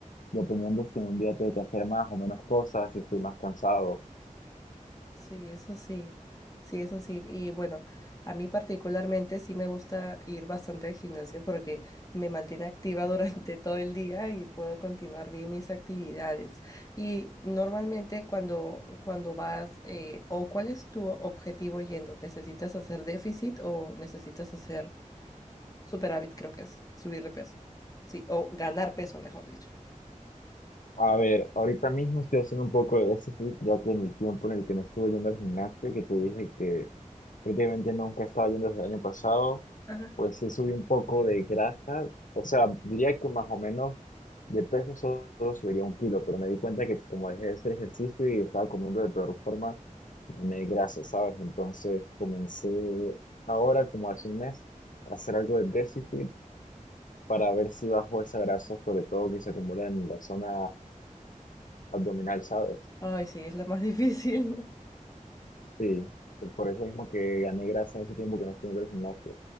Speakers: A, on the left; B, on the left.
A: dependiendo si en un día tengo que hacer más o menos cosas, si estoy más cansado.
B: Sí, eso sí, sí, eso sí. Y bueno, a mí particularmente sí me gusta ir bastante al gimnasio porque me mantiene activa <laughs> durante todo el día y puedo continuar bien mis actividades. Y normalmente cuando, cuando vas, eh, o cuál es tu objetivo yendo, ¿necesitas hacer déficit o necesitas hacer superávit, creo que es, subir de peso? Sí, o ganar peso, mejor dicho.
A: A ver, ahorita mismo estoy haciendo un poco de déficit, ya que en el tiempo en el que no estuve yendo al gimnasio, que te dije que prácticamente nunca estaba yendo desde el año pasado,
B: Ajá.
A: pues sí subí un poco de grasa, o sea, diría que más o menos De peso solo subiría un kilo, pero me di cuenta que como dejé de hacer ejercicio y estaba comiendo de peor forma, me grasa, ¿sabes? Entonces comencé ahora, como hace un mes, a hacer algo de déficit para ver si bajo esa grasa, sobre todo que se acumula en la zona abdominal, ¿sabes?
B: Ay, sí, es la más <laughs> difícil.
A: Sí, y por eso mismo que gané grasa en ese tiempo que no estuve en el gimnasio.